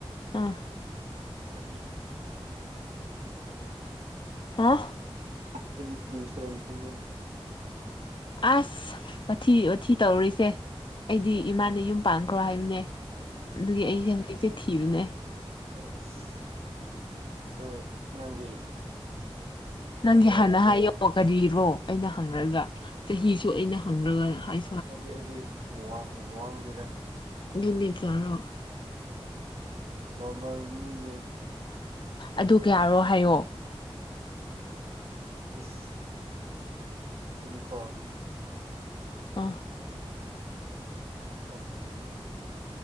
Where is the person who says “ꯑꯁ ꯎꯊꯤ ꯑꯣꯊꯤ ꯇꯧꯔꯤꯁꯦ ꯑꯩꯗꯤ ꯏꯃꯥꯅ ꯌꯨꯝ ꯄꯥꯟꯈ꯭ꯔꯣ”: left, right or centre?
Left